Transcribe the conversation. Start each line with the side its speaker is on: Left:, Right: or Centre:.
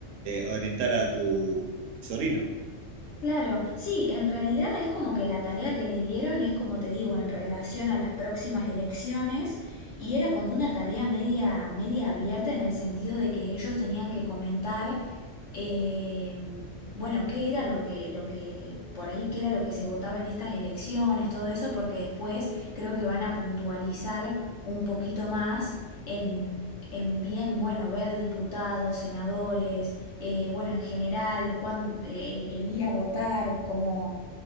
Right: orientar a tu sobrino.
Left: Claro, sí, en realidad es como que la tarea que le dieron es como te digo, en relación a las próximas elecciones, y era como una tarea media, media abierta en el sentido de que ellos tenían que comentar, eh, bueno, qué era lo que, lo que, por ahí, qué era lo que se votaba en estas elecciones, todo eso, porque después creo que van a puntualizar un poquito más en, en bien, bueno, ver diputados, senadores eh, bueno, en general, cuán- eh, el ir a votar, como